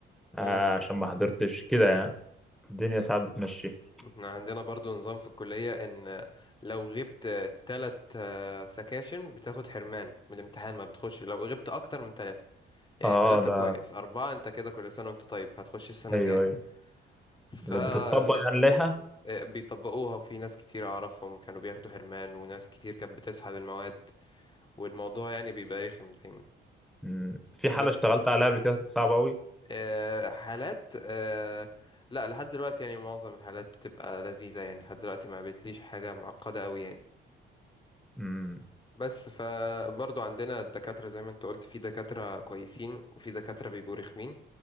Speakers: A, in the centre; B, on the left.
A: آه
B: مم.
A: عشان ما حضرتش كده يعني الدنيا ساعات بتمشي
B: احنا عندنا برضو نظام في الكلية ان لو غبت تلات آه، سكاشن بتاخد حرمان من الامتحان ما بتخش لو غبت اكتر من تلاتة يعني
A: اه
B: تلاتة
A: ده
B: كويس اربعة انت كده كل سنة وانت طيب هتخش السنة
A: ايوه
B: الجاية
A: ايوه
B: فده
A: لو بتطبق يعني اللائحه
B: آه، بيطبقوها وفي ناس كتير أعرفهم كانوا بياخدوا حرمان وناس كتير كانت بتسحب المواد والموضوع يعني بيبقى رخم دايما
A: أمم. في حاله
B: بس
A: اشتغلت عليها قبل كده كانت صعبه قوي
B: آه، حالات آه، لا لحد دلوقتي يعني معظم الحالات بتبقى لذيذة يعني لحد دلوقتي ما قابلتليش حاجة معقدة أوي يعني
A: أمم.
B: بس فبرضو عندنا الدكاترة زي ما انت قلت في دكاترة كويسين وفي دكاترة بيبقوا رخمين